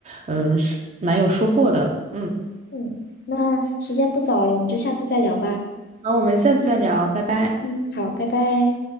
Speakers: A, on the right (about 35°); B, on the left (about 55°).
A: 嗯，是蛮有收获的。嗯，
B: 嗯，那时间不早了，我们就下次再聊吧。
A: 好，我们下次再聊，拜拜。
B: 嗯，好，拜拜。